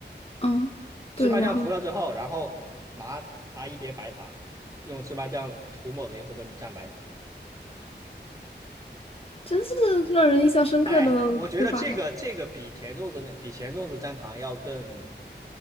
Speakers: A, on the left; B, on the right.
A: 嗯，
B: 芝麻酱涂了之后，
A: 对，然后
B: 然后拿拿一碟白糖，用芝麻酱涂抹的一部分去蘸白糖。
A: 真是让人印象深刻的吃法呀。
B: 哎，我觉得这个这个比甜粽子那比咸粽子蘸糖要更